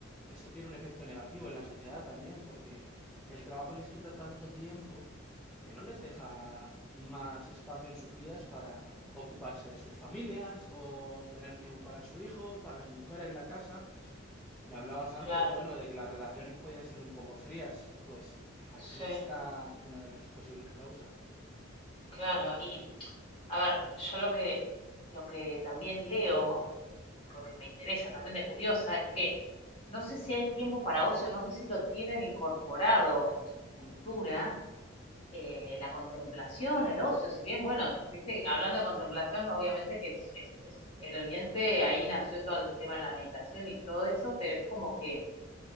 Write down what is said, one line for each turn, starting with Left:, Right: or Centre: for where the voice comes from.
Centre: esto tiene un efecto negativo en la sociedad también, porque el trabajo les quita tanto tiempo que no les deja más espacio en sus vidas para ocuparse de sus familias o tener tiempo para su hijo, para su mujer en la casa. Me hablabas antes,
Left: claro,
Centre: bueno, de que las relaciones podían ser un poco frías. Pues aquí
Left: sí,
Centre: está una de las posibles causas.
Left: claro. Y, a ver, yo lo que, lo que también leo, eh, porque me interesa también de curiosa, es que no sé si hay tiempo para ocio, no sé si lo tienen incorporado en su cultura, eh, la contemplación, el ocio, si bien, bueno, viste, hablando de contemplación, obviamente que es, es- es- el Oriente, ahí nació todo el tema de la meditación y todo eso, pero es como que,